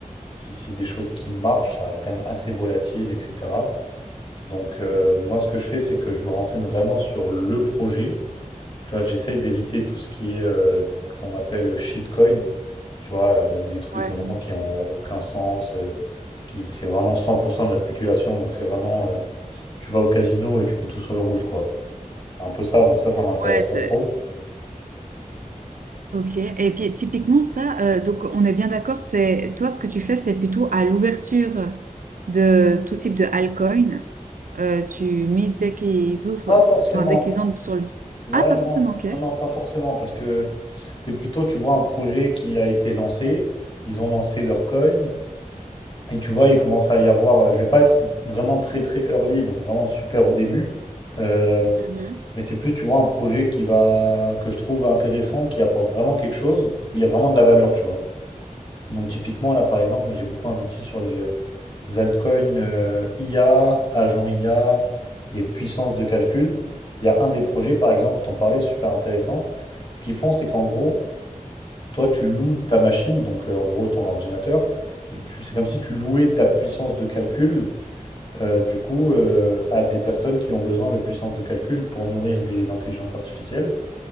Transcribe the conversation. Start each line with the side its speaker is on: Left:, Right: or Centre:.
Left: si c'est des choses qui marchent. Ça reste quand même assez volatile, etc. Donc, euh,
Right: Mm.
Left: moi, ce que je fais, c'est que je me renseigne vraiment sur le projet. Tu vois, j'essaye d'éviter tout ce qui est euh, ce qu'on appelle shitcoin. Tu vois, euh, donc des trucs
Right: Ouais.
Left: vraiment qui ont aucun sens, euh, qui c'est vraiment 100% de la spéculation. Donc c'est vraiment, euh, tu vas au casino et tu mets tout sur le rouge, quoi. C'est un peu ça. Donc ça, ça m'intéresse
Right: Ouais,
Left: pas
Right: c'est...
Left: trop.
Right: Ok. Et puis, typiquement, ça, euh, donc, on est bien d'accord, c'est toi, ce que tu fais, c'est plutôt à l'ouverture de tout type de altcoin. Euh, tu mises dès qu'ils ouvrent,
Left: Pas forcément.
Right: enfin dès qu'ils entrent sur le...
Left: Ouais,
Right: Ah, pas
Left: non,
Right: forcément, ok.
Left: non, non, pas forcément, parce que c'est plutôt, tu vois, un projet qui a été lancé. Ils ont lancé leur coin et tu vois, il commence à y avoir. Je vais pas être vraiment très très early, donc vraiment super au début. Euh,
Right: Mhm.
Left: Mais c'est plus, tu vois, un projet qui va que je trouve intéressant, qui apporte vraiment quelque chose, où il y a vraiment de la valeur, tu vois. Donc typiquement, là, par exemple, moi j'ai beaucoup investi sur les euh, altcoins euh, IA, agent IA et puissance de calcul. Il y a un des projets, par exemple, t'en parlais, super intéressant. Ce qu'ils font, c'est qu'en gros, toi, tu loues ta machine, donc euh, en gros ton ordinateur, et tu, c'est comme si tu louais ta puissance de calcul, euh, du coup, euh, à des personnes qui ont besoin de puissance de calcul pour nourrir des intelligences artificielles.